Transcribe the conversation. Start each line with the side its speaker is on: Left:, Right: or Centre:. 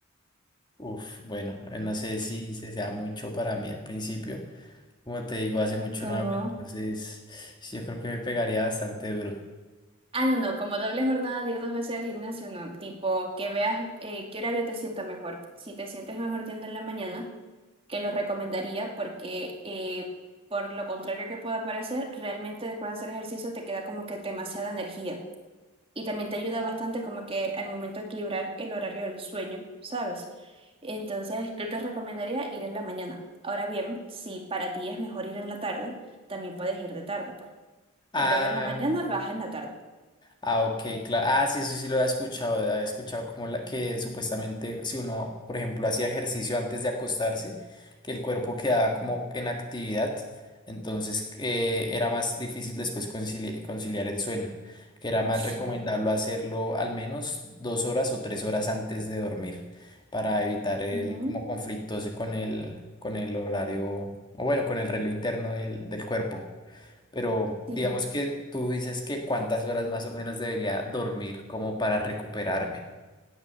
Left: Uf, bueno, eh, no sé si se sea mucho para mí al principio. Como te digo, hace mucho
Right: como
Left: no hago, entonces sí, yo creo que me pegaría bastante duro.
Right: Ah, no, no, como doble jornada de ir dos veces al gimnasio, no. Tipo, que veas eh, qué horario te sienta mejor. Si te sientes mejor yendo en la mañana, que lo recomendaría porque eh, por lo contrario que pueda parecer, realmente después de hacer ejercicio te queda como que demasiada energía. Y también te ayuda bastante como que al momento de equilibrar el horario del sueño, ¿sabes? Entonces, yo te recomendaría ir en la mañana. Ahora bien, si para ti es mejor ir en la tarde, también puedes ir de tarde, pues. En
Left: Ah,
Right: vez de en la mañana, vas en la tarde.
Left: Ah, ok, claro. Ah, sí, eso sí lo había escuchado. Había escuchado como la que supuestamente si uno, por ejemplo, hacía ejercicio antes de acostarse, que el cuerpo quedaba como en actividad, entonces eh, era más difícil después concili- conciliar el sueño, que era más
Right: Sí.
Left: recomendable hacerlo al menos dos horas o tres horas antes de dormir para evitar el
Right: Ujú,
Left: como conflictos con el, con el horario, o bueno, con el reloj interno del del cuerpo. Pero
Right: Sí,
Left: digamos que tú dices que cuántas horas más o menos debería dormir como para recuperarme.